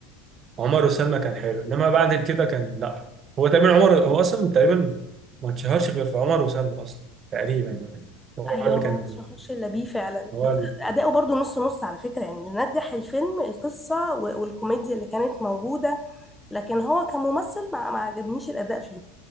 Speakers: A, on the right; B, in the centre.
A: عمر وسلمى كان حلو انما بعد كده كان لا هو تقريبا عمر هو اصلا تقريبا ما اتشهرش غير في عمر وسلمى اصلا تقريبا يعني هو
B: ايوه
A: اللي كان
B: ما تشهرش الا بيه فعلا
A: هو
B: بس اداؤه برضو نص نص على فكره يعني اللي نجح الفيلم القصه و- والكوميديا اللي كانت موجوده لكن هو كممثل ما ما عجبنيش الاداء فيه